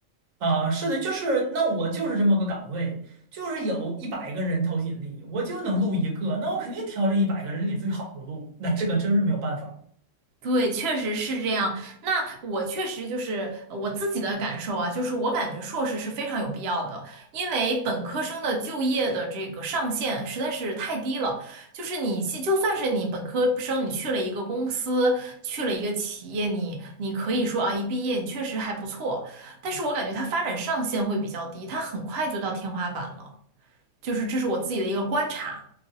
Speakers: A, on the right; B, on the right.
A: 啊，是的，就是那我就是这么个岗位，就是有一百个人投简历，我就能录一个，那我肯定挑这一百个人里最好的录，那这个真是没有办法。
B: 对，确实是这样。那我确实就是呃我自己的感受啊，就是我感觉硕士是非常有必要的，因为本科生的就业的这个上限实在是太低了。就是你去，就算是你本科生，你去了一个公司，去了一个企业，你你可以说啊，一毕业你确实还不错，但是我感觉它发展上限会比较低，它很快就到天花板了。就是这是我自己的一个观察。